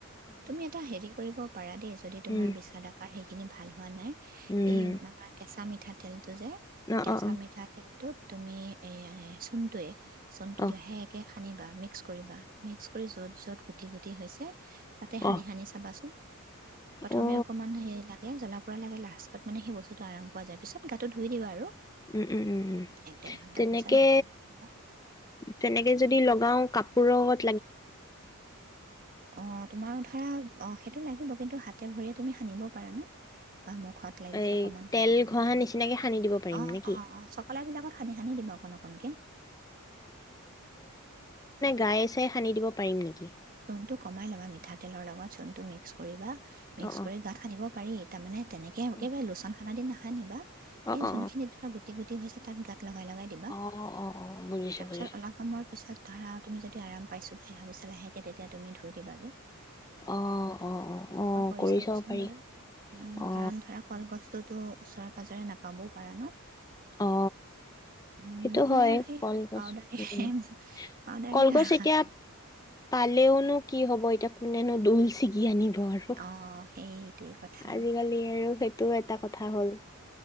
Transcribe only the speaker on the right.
তুমি এটা হেৰি কৰিব পাৰা দেই যদি তোমাৰ
বিচাদাকাৰ শে সেইখিনি ভাল হোৱা নাই।
এ আমাৰ কেচাঁ মি ঠাতেল। টো যে
কেঁচা
মিঠা তেলটোত তুমি এয়া চোনটোৱে চনটো
লাহেকে সানিবা মিক্স কৰিবা মিক্স কৰি য'ত য'ত গুটি গুটি হৈছে। তাতে সানি
সানি চাবাচোন প্ৰথমে
অকমান হেৰি লাগে জল লে লাষ্টত মানে সেই বস্তুটো আমোৱা যায় পিছত গাটো ধুই দিবা আৰু।
এক ডেৰ ঘণ্টাৰ
পিছত গাটো ধুই দিবা
অ' তোমাৰ ধৰা অ' সেইটো লাগিব কিন্তু হাতে ভৰিয়ে তুমি সানিব পাৰা ন বা মুখত লাগিছে
অকণমান
সানিবিল
তেনেকৈ
অ
অ অ চকলাবিলাকত সানি সানি দিম অকণ অকণকৈ
টো কমাই ল'বা মিঠাতেলৰ লগত চণটো মিক্স কৰিবা মিক্স
কৰি গাত সানিব পাৰি তাৰ মানে তেনেকে একেবাৰে
লোচন খানা দিনা হ নি বা
এই
যোনখিনি ধৰা গোটি গট হৈছে তাত গাত লগাই লগাই দিবা
তাৰপিছত
অলপ সময়ৰ পিছত ধৰা তুমি যদি আৰাম পাইছো বুলি ভাবি চা এতিয়া তেতিয়া তুমি ধুই দিবাগে
তেনেকুৱা
কৰি চাবাচোন
বাৰু
কাৰণ ধৰা কলগছটোত তো ওচৰে পাঁজৰে নাপাবও পাৰা ন
উম
নহ'লে
আৰু সেইয়
আৰু পাউদাৰ
পাউদাৰ
আৰু সেই
অঁ সেইটোৱে কথা